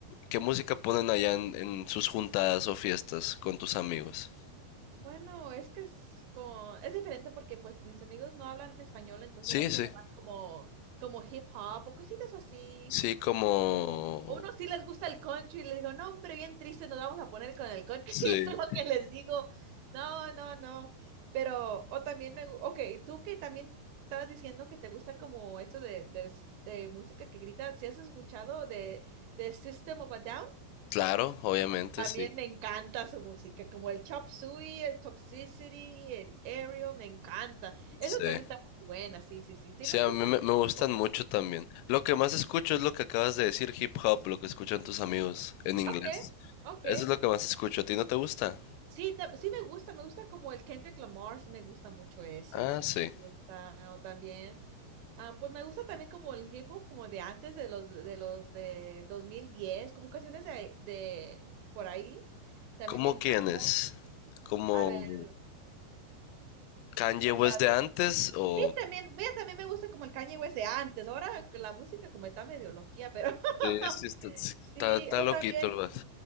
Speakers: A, on the left (about 85°); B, on the right (about 80°).
A: ¿qué música ponen allá en, en sus juntadas o fiestas con tus amigos?
B: Bueno, es que es con, es diferente porque pues mis amigos no hablan español, entonces
A: Sí,
B: es como
A: sí.
B: más como, como hip hop o cositas así,
A: Sí, como...
B: O o unos sí les gusta el country y les digo, no, hombre, bien triste, nos vamos a poner con el country.
A: Sí,
B: <laughs> Eso es lo que les digo. No, no, no. Pero, o también me, gu- ok, tú que también estabas diciendo que te gusta como esto de, de, de música que grita, si has escuchado de, de System of a Down?
A: claro, obviamente,
B: También
A: sí.
B: me encanta su música, como el Chop Suey, el Toxicity, el Aerial, me encanta. Eso
A: Sí.
B: también está muy buena, sí, sí, sí. Sí,
A: Sí,
B: me
A: a
B: gusta
A: mí me,
B: de
A: me
B: este
A: gustan
B: tipo.
A: mucho también. Lo que más escucho es lo que acabas de decir, hip hop, lo que escuchan tus amigos en inglés.
B: Ok, ok.
A: Eso es lo que más escucho. ¿A ti no te gusta?
B: Sí, tam- sí me gusta, me gusta como el Kendrick Lamar, sí me gusta mucho ese,
A: Ah,
B: sí
A: sí.
B: me gusta o también. Ah, pues me gusta también como el hip hop como de antes de los de los de 2010, como canciones de, de por ahí. También
A: ¿Cómo
B: me encanta.
A: quiénes? ¿Como
B: A ver,
A: Kanye
B: o sea,
A: West de antes o...?
B: sí también, mira, también me gusta como el Kanye West de antes. Ahora la música como está medio loquía, pero <laughs>
A: Sí, sí, está, sí, está,
B: sí,
A: está
B: o
A: loquito
B: también
A: el vato.